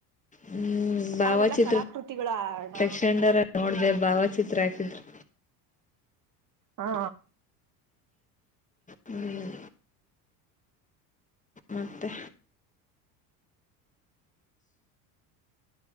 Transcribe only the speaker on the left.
ಹ್ಮ್ ಭಾವಚಿತ್ರ
ತಕ್ಷಣರ ನೋಡ್ದೆ ಭಾವಚಿತ್ರ ಹಾಕಿದ್ರು
ಹ್ಮ್ ಮತ್ತೆ